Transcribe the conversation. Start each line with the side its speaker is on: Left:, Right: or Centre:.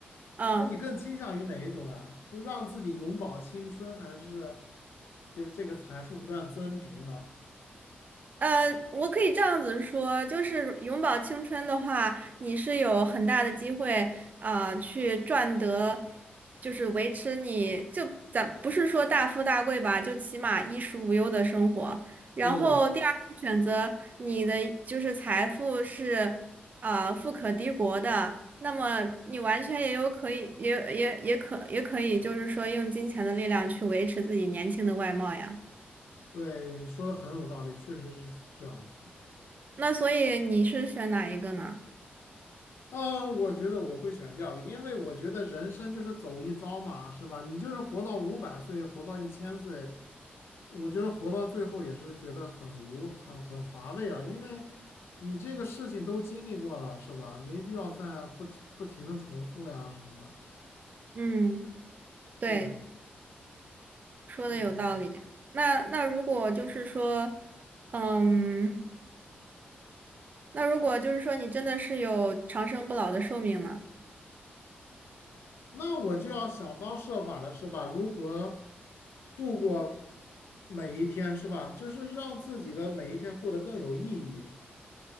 Right: 嗯。
Left: 那你更倾向于哪一种呀？是让自己永葆青春，还是就是这个财富不断增值呢？
Right: 呃，我可以这样子说，就是永葆青春的话，你是有很大的机会，啊，去赚得，就是维持你就咱不是说大富大贵吧，就起码衣食无忧的生活。然后第二种选择，
Left: 对
Right: 你的就是财富是，啊，富可敌国的，那么你完全也有可以，也也也可也可以，就是说用金钱的力量去维持自己年轻的外貌呀。
Left: 对，你说的很有道理，确实是这样子的。
Right: 那所以你是选哪一个呢？
Left: 啊，我觉得我会选第二个，因为我觉得人生就是走一遭嘛，是吧？你就是活到五百岁，活到一千岁，我觉得活到最后也是觉得很无、很很乏味啊，因为你这个事情都经历过了，是吧？没必要再不停不停的重复呀什么的。
Right: 嗯，对，
Left: 对呀，
Right: 说的有道理。
Left: 所
Right: 那那如果就是说，嗯，那如果就是说你真的是有长生不老的寿命呢？
Left: 那我就要想方设法的是吧？如何度过每一天，是吧？就是让自己的每一天过得更有意义。